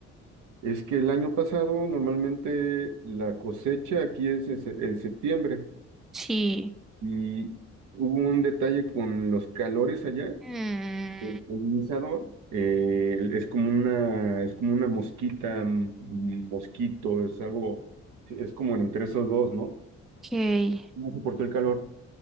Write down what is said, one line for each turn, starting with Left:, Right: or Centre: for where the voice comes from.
Right: Es que el año pasado normalmente la cosecha aquí es en, se- en septiembre
Centre: sí,
Right: y hubo un detalle con los calores allá.
Centre: Mm,
Right: El polinizador eh, es como una, es como una mosquita, mm, mosquito, es algo, es como entre esos dos, ¿no?
Centre: que
Right: No soportó el calor,